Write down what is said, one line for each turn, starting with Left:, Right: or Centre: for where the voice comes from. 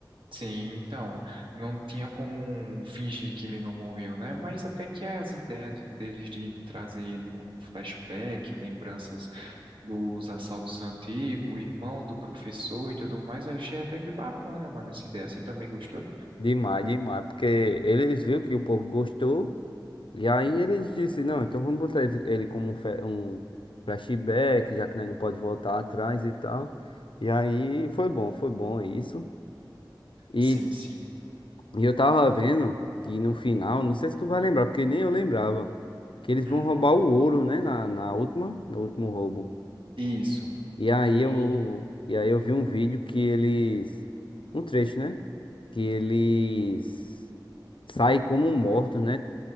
Right: Sim, então, não tinha como um fingir que ele não morreu, né? Mas até que as ideias de- deles de trazer ele como flashback, lembranças dos assaltos antigos, o irmão do professor e tudo mais, eu achei até que bacana, mano, essa ideia. Você também gostou?
Left: Demais, demais. Porque eles viram que o povo gostou. E aí eles disse, não, então vamos botar ele ele como um fe- um flashback, já que nós não pode voltar atrás e tal. E aí foi bom, foi bom isso. E,
Right: Sim, sim.
Left: e eu tava vendo que no final, não sei se tu vai lembrar, porque nem eu lembrava, que eles
Right: Hum,
Left: vão roubar o ouro, né, na, na última, no último roubo.
Right: Isso.
Left: E aí eu,
Right: E
Left: e aí eu vi um vídeo que eles, um trecho, né, que eles sai como mortos, né?